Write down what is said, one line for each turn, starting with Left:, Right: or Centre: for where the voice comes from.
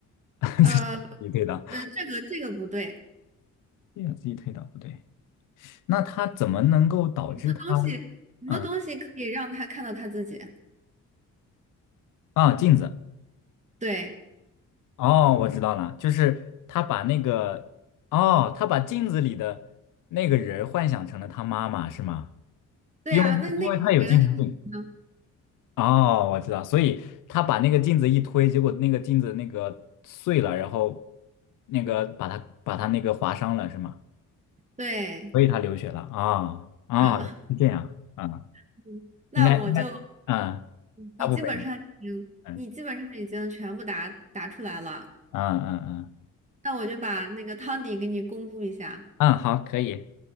Left: <laughs>
Right: 呃，
Left: 自己推倒。
Right: 那这个这个不对，
Left: 对呀，自己推倒不对，那他怎么能够导致他？
Right: 什么东西什么东西可以让他看到他自己？
Left: 嗯，啊，镜子，
Right: 对
Left: 哦，我知道了，就是他把那个，哦，他把镜子里的那个人儿幻想成了他妈妈，是吗？
Right: 对啊，
Left: 因为因为他有精神病。
Right: 那那个人是嗯，
Left: 哦，我知道，所以他把那个镜子一推，结果那个镜子那个碎了，然后那个把他把他那个划伤了，是吗？
Right: 对，
Left: 所以他流血了啊啊，
Right: 嗯，
Left: 是这样啊，
Right: <laughs> 那我就
Left: 应该应该，嗯，大部分，
Right: 你基本上已经你基本上已经全部答答出来了，
Left: 嗯嗯嗯嗯。
Right: 那我就把那个汤底给你公布一下。
Left: 嗯，好，可以。